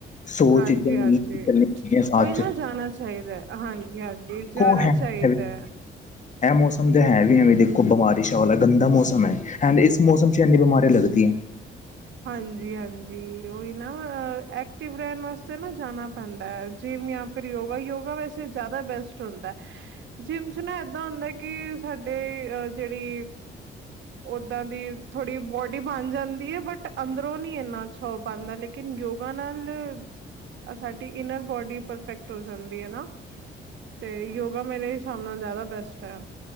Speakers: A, on the left; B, on the right.
A: ਸੌ
B: ਹਾਂਜੀ-ਹਾਂਜੀ
A: ਚੀਜ਼ਾਂ ਚੱਲੀਆਂਦੀ ਸਾ
B: ਉਹੀ
A: <unintelligible> <unintelligible>
B: ਨਾ ਜਾਣਾ ਚਾਹੀਦਾ ਹਾਂਜੀ-ਹਾਂਜੀ ਜਾਣਾ
A: ਹਾਂਜੀ
B: ਚਾਹੀਦਾ
A: ਐਮੋਸਮ
B: ਹੈ।
A: ਹੈ ਵੀ ਐ ਵੀ ਦੇਖੋ ਬਿਮਾਰੀਸ਼ਾ ਵਾਲਾ ਗੰਦਾ ਮੌਸਮ ਹੈ, ਐਂਡ ਇਸ ਮੌਸਮ ਚ ਐੰਨੀ ਬਿਮਾਰੀਆਂ ਲੱਗਦੀ ਹੈ।
B: ਹਾਂਜੀ ਹਾਂਜੀ, ਉਹੀ ਨਾ ਐਕਟਿਵ ਰੈਣ ਵਾਸਤੇ ਨਾ ਜਾਣਾ ਹੁੰਦਾਏ ਜਿੰਮ ਜਾਂ ਫਿਰ ਯੋਗਾ ਯੋਗਾ ਵੈਸੇ ਜ਼ਿਆਦਾ ਬੈਸਟ ਹੁੰਦਾਏ ਜਿੰਮ ਚ ਨਾ ਏਦਾਂ ਹੁੰਦਾ ਕਿ ਸਾਡੀੇ ਅਹ ਜੇੜੀ ਓਦਾਦੀ ਥੋੜ੍ਹੀ ਬੋਡੀ ਬਣ ਜਾਂਦੀ ਹੈ ਬਟ ਅੰਦਰੋਂ ਨੀ ਇਨਾ ਕੁਛ ਹੋ ਪਾਂਦਾ, ਲੇਕਿਨ ਯੋਗਾ ਨਾਲ ਸਾਡੀ ਇਨਰ ਬੋਡੀ ਪਰਫੈਕਟ ਹੋ ਜਾਂਦੀ ਹੈ ਨਾ, ਤੇ ਯੋਗਾ ਮੇਰੇ ਹਿਸਾਬ ਨਾਲ ਜ਼ਿਆਦਾ ਬੈਸਟ ਹੈ।